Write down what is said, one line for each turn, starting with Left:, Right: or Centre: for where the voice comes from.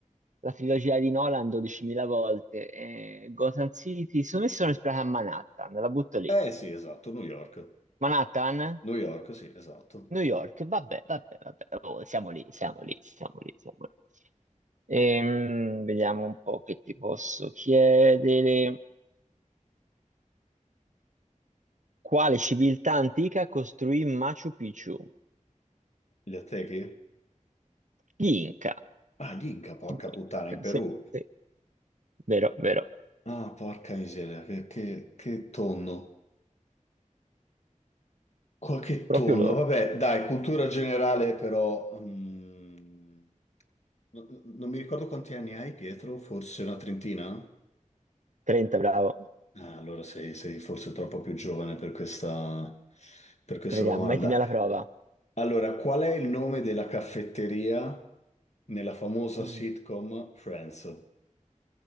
Right: la trilogia di Nolan 12.000 volte. eh, Gotham City, secondo me si sono ispirata a Manhattan, la butto lì.
Left: Eh sì, esatto, New York.
Right: Manhattan,
Left: New York, sì, esatto.
Right: New York, vabbè, vabbè, vabbè. Oh, siamo lì, siamo lì, siamo lì, siamo lì. Ehm, vediamo un po' che ti posso chiedere. Quale civiltà antica costruì Machu Picchu?
Left: Gli Aztechi?
Right: Gli Inca.
Left: Ah, gli Inca, porca
Right: Gli Inca,
Left: puttana, in Perù.
Right: Sì, sì, vero, vero,
Left: Ah, porca miseria, che, che che tonno. Qualche
Right: proprio
Left: tonno,
Right: loro.
Left: vabbè, dai, cultura generale però... mm, no- no- non mi ricordo quanti anni hai, Pietro, forse una trentina?
Right: 30, bravo.
Left: Ah, allora sei, sei forse troppo più giovane per questa, per questa
Right: Vediamo,
Left: domanda.
Right: mettimi alla prova.
Left: Allora, qual è il nome della caffetteria nella famosa
Right: Mm.
Left: sitcom Friends?